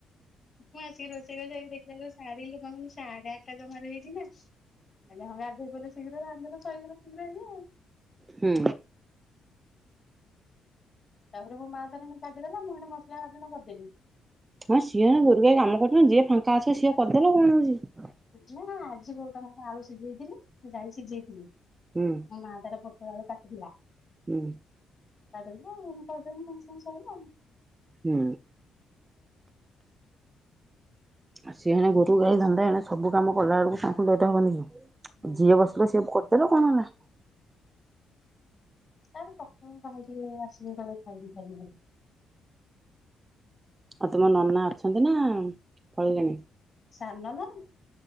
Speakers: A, on the left; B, on the right.
A: ମୁଁ ଆସି ରୋଷେଇ ଫୋସେଇ ଦେଖିଲା ଶାଢୀ ଲୁ <unintelligible> ସାଢେ ଆଠଟା ଜମାରୁ ହେଇଛି ନା। ହେଲେ ହଁ ଗାଧେଇ ପଇଲେ ଶୀଘ୍ର ରାନ୍ଧିଦେଲେ ସରିଗଲା ଶୀଘ୍ର ଏଇଆଉ।
B: ହୁଁ
A: ତାପରେ ମୋ ମା ତାର ଏଇନା କାଟିଦେଲା ମୁଁ ଏଣେ ମସଲା ବାଟଣ କରିଦେଲିି।
B: ହଁ ସିଏ ଏଇନା ଗୋରୁ ଗାଈ କାମ କରୁଛନ୍ତି ଯିଏ ଫାଙ୍କା ଅଛ ସିଏ କରିଦେଲ କଣ ହଉଛି।
A: ନା ଆଜିି ବୋଉ ତାଙ୍କର କଣ ଆଳୁ ସିଝେଇଥିଲେ ସେ ଯାଇଛି <unintelligible>
B: ହୁଁ
A: ମୋ ମା ତାର ପ ତାର କାଟିଥିଲା
B: ହୁଁ।
A: କାଟିଥିଲା ମୁଁ କରିଦେଲି ସାଙ୍ଗେ ସାଙ୍ଗେ ସଇଲା ଆଉ।
B: ହୁଁ ଆ ସିଏ ହଁ ଗୋରୁ ଗାଈ ଧନ୍ଦା ଏଣେ ସବୁ କାମ କଲା ବେଳକୁ ତାଙ୍କୁ ବ୍ୟଧା ହବନି କି?
A: ଆଉ।
B: ଯିଏ ବସିଲ ସିଏ ଦେଲ କଣ ହେଲା?
A: ତାର ସକାଳୁ ଗାଧେଇକି ଆସିବି କହିବ ଖାଇବି ଖାଇବି ଖାଇବି।
B: ଆଉ ତୁମ ନନା ଅଛନ୍ତି, ନା ପଳିଲେଣି।
A: ସାନ ନା ନା